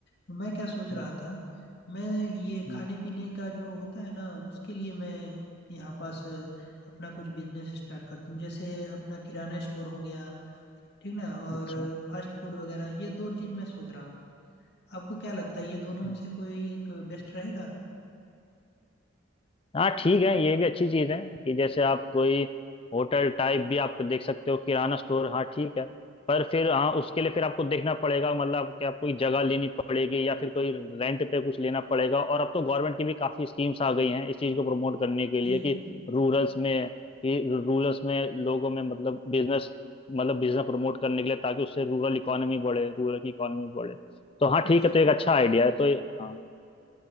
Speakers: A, on the left; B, on the left.
A: तो मैं क्या सोच रहा
B: हम्म,
A: था मैं ये
B: हम्म,
A: खाने पीने का जो होता है ना उसके लिए मैं यहाँ पास अ, अपना कुछ बिजनेस स्टार्ट कर दूं जैसे अपना किराना स्टोर हो गया ठीक ना और
B: अच्छा
A: फास्ट फूड वगैरह ये दो चीज मैं सोच रहा हूँ आपको क्या लगता है ये दोनों
B: हम्म।
A: में से कोई एक बेस्ट रहेगा
B: हाँ ठीक है ये भी अच्छी चीज़ है कि जैसे आप कोई होटल टाइप भी आप देख सकते हो किराना स्टोर हाँ ठीक है पर फिर हाँ उसके लिए फिर आपको देखना पड़ेगा मतलब कि आप कोई जगह लेनी पड़ेगी या फिर कोई रेंट पे कुछ लेना पड़ेगा और अब तो गवर्नमेंट की भी काफ़ी स्कीम्स आ गई हैं इस चीज़ को प्रमोट करने के लिए
A: जी
B: कि
A: जी
B: रूरल्स में कि रूरल्स में लोगों में मतलब बिजनेस मतलब बिजनेस प्रमोट करने के लिए ताकि उससे रूरल इकोनॉमी बढ़े रूरल की इकोनॉमी बढ़े तो हाँ
A: अच्छा
B: ठीक है तो एक अच्छा आइडिया है तो ये- हाँ